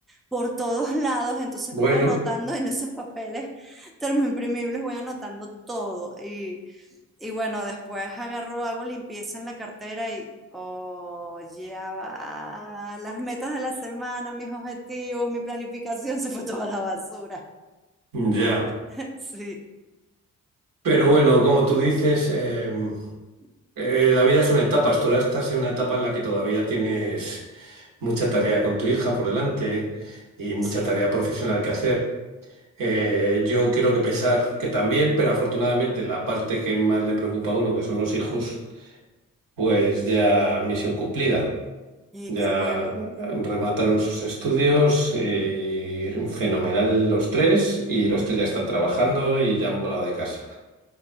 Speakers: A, in the centre; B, on the right.
A: por todos <laughs> lados. Entonces
B: Bueno,
A: voy anotando en esos papeles termoimprimibles, voy anotando todo. Y, y bueno, después agarro, hago limpieza en la cartera y, oh, ya va. Las metas de la semana, mis objetivos, mi planificación <laughs> se fue toda a la basura.
B: ya.
A: <laughs> Sí,
B: Pero bueno, como tú dices, em, Eh, la vida es una etapa, tú ahora estás en una etapa en la que todavía tienes mucha tarea con tu hija por delante y mucha
A: sí.
B: tarea profesional que hacer. Eh, yo quiero que pensar que también, pero afortunadamente la parte que más le preocupa a uno, que son los hijos, pues ya misión cumplida.
A: Y
B: Ya
A: qué bueno.
B: remataron sus estudios, eh, fenomenal los tres, y los tres ya están trabajando y ya han volado de casa.